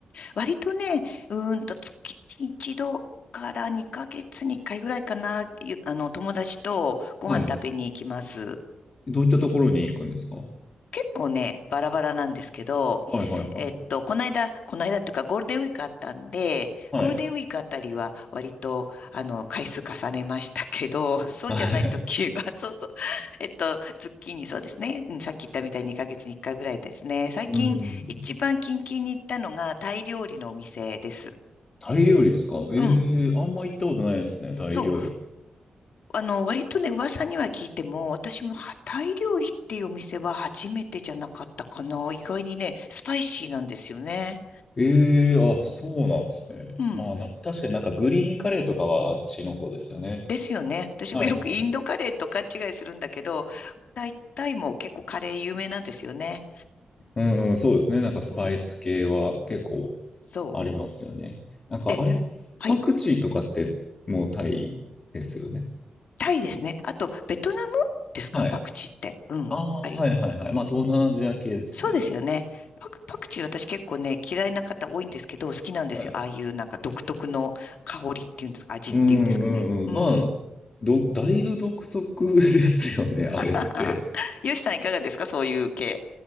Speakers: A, on the left; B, on the left.
A: 割とね、うーんと月に一度から2ヶ月に1回ぐらいかな、ゆあの、友達とご飯食べに行きます。
B: はい。どういったところに行くんですかは
A: 結構ね、バラバラなんですけど、
B: いはいはい。
A: えっと、この間、この間っていうかゴールデンウィークあったんで、
B: はい。
A: ゴールデンウィークあたりは割と、あの、回数重ねましたけど、<laughs> そうじゃない時は、
B: はい
A: <laughs> そうそう、えっと、月にそうですね、うん、さっき言ったみたいに2ヶ月に1回ぐらいですね。最近、
B: うん。
A: 一番近々に行ったのがタイ料理のお店です。
B: タイ料理ですかえ
A: うん。
B: えーあんま行ったことないですね、タイ料理。
A: そうあの、割とね、噂には聞いても、私もタイ料理っていうお店は初めてじゃなかったかな。意外にね、スパイシーなんですよね。
B: ええーあ、そうなんですね。
A: うん。
B: まあ、な、確かになんかグリーンカレーとかはあっちの方ですよね。
A: ですよね。私もよくインドカレーと勘違いするんだけど、
B: はいはい。
A: タイ、タイも結構カレー有名なんですよね。
B: うんうん、そうですね。なんかスパイス系は結構
A: うん。そ
B: ありますよね。なんか、
A: う。で、
B: あれ、
A: はい。
B: パクチーとかってもうタイですよね。
A: タイですね。あと、ベトナムですかパクチーって。
B: はい
A: うん。
B: ああ、
A: あります。
B: はいはいはい。まあ、東南アジア系ですね。
A: そうですよね。パク、パクチー私結構ね、嫌いな方多いんですけど、好きなんですよ。
B: はい。
A: ああいうなんか独特の香りっていうんですか、味っていうんですかね。
B: うんうんうん。
A: うん。
B: まあ、ど、だいぶ独特ですよね、<laughs> あれって。
A: <laughs> よしさんいかがですかそういう系。